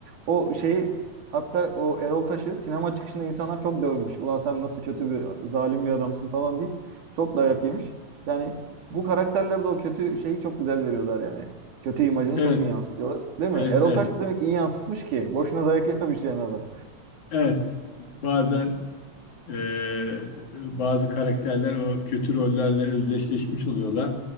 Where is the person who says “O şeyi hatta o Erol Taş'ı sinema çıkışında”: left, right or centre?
Right